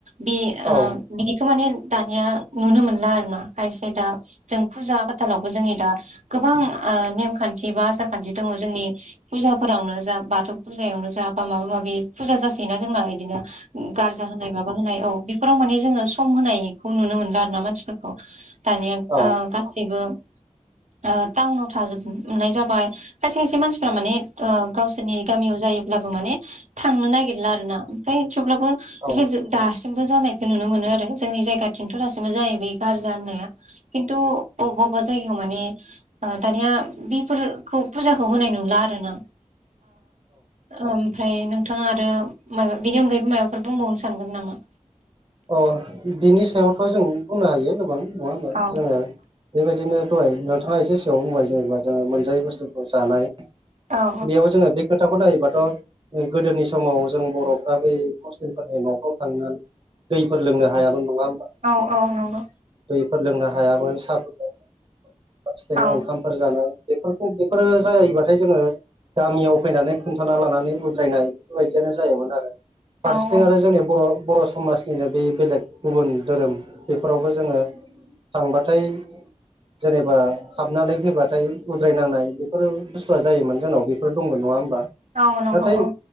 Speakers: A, on the right (about 75°); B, on the right (about 45°).
A: बे ओ
B: औ
A: बिदिखौ माने दानिया नुनो मोनला आरोना। खायसे दा जों फुजा फाथालावबो जोंनि दा गोबां ओ नेमखान्थि बा आसार खान्थि दङ' जोंनि फुजाफोरावनो जा बाथौ फुजायावनो जा बा माबा माबि फुजा जासोयोना जोंना इदिनो गार्जा होनाय माबा होनाय औ। बेफोराव माने जोङो सम होनायखौ नुनो मोनला आरोना मानसिफोरखौ। दानिया
B: औ
A: ओ गासैबो <inaudible> ओ टाउनाव थाजोब नाय जाबाय खायसे खायसे मानसिफ्रा माने ओ गावसोरनि गामियाव जायोब्ला माने थांनो नागिरला आरोना ओमफ्राय थेवब्लाबो
B: औ
A: एसे एसे दास् सिमबो जानायखौ नुनो मोनो आरो, जोंनि जायगाथिंथ' दासिमबो जायो बे गारजा होननाया। खिन्थु अब्बा अबबा जायगायाव माने ओ दानिया बेफोरखौ फुजाखौ होनाय नुला आरो ना। ओ ओमफ्राय नोंथाङा आरो माबा बिनि अनगायैबो माबाफोर बुंबावनो सानगोन नामा?
B: अ बिनि सायावथ' जों बुंनो हायो गोबां। नङा होमबा
A: औ
B: जोङो बेबायदिनो दहाय नोंथाङा एसे सिगाङाव बुंबाय जेनेबा जोङो मोन जायै बुस्थुखौ जानाय
A: औ
B: बेयाव जोङो बे खोथाखौ नायोबाथ' गोदोनि समाव जों बर'फ्रा बै मुस्लिमफोरनि न'फ्राव थांनानै दैफोर लोंनो हायामोन नङा होमबा
A: औ औ नंगौ
B: दै फोर लोंनो हायामोन साह फोरखौ फारसेथिंनो
A: औ
B: ओंखामफोर जानाय बेफोरखौ बेफोरो जायोबाथाय जोङो गामियाव फैनानै खोन्थाना लानानै उद्रायनाय बेफोरबायदियानो जायोमोन आरो। फारसेथिं
A: औ
B: आरो जोंनि बर' बर' समाजनिनो बे बेलेग गुबुन धोरोम बेफोरावबो जोङो थांबाथाय जेनेबा हाबनानै फैबाथाय उद्रायनांनाय बेफोर बुस्थुआ जायोमोन जोंनाव बेफोर दंमोन नङा होमबा? नाथाय
A: औ नंगौ औ